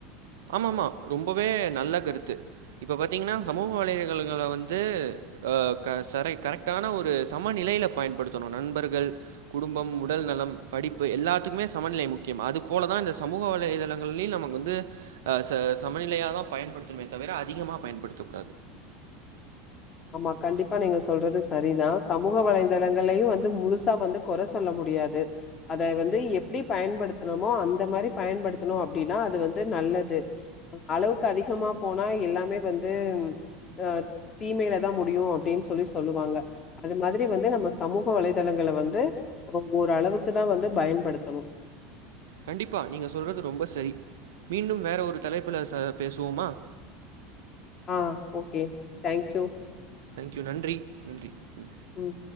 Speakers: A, on the right (about 70°); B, on the left (about 35°).
A: ஆமம்மா ரொம்பவே நல்ல கருத்து இப்போ பாத்தீங்கன்னா சமூக வலைதளங்கள வந்து அ க ச கரெக்டான ஒரு சமநிலையில பயன்படுத்தணு நண்பர்கள் குடும்பம் உடல் நலம் படிப்பு எல்லாத்துக்குமே சமநிலை முக்கியம் அதுபோல தா இந்த சமூக வலைதளங்களையு நமக்கு வந்து வந்து அ ச சமநிலையாதா பயன்படுத்தனுமே தவிர அதிகமா பயன்படுத்தக் கூடாது
B: ஆம்மா கண்டிப்பா நீங்க சொல்றது சரிதா சமூக வலைதளங்கள்லையு வந்து முழுசா வந்து குற சொல்ல முடியாது அதை வந்து எப்படி பயன்படுத்துணமோ அந்த மாரி பயன்படுத்தணு அப்படின்னா அது வந்து நல்லது அளவுக்கு அதிகமா போனா எல்லாமே வந்து அ தீமையில தா முடியு அப்படின்னு சொல்லி சொல்லுவாங்க அது மாதிரி வந்து நம்ம சமூக வலைதளங்கள வந்து ஒ ஓரளவுக்குதா வந்து பயன்படுத்தணு
A: கண்டிப்பா நீங்க சொல்றது ரொம்ப சரி மீண்டும் வேற ஒரு தலைப்புல ச பேசுவோமா
B: ஆ ஓகே தேங்க்யூ
A: தேங்க்யூ நன்றி நன்றி ம்
B: ம்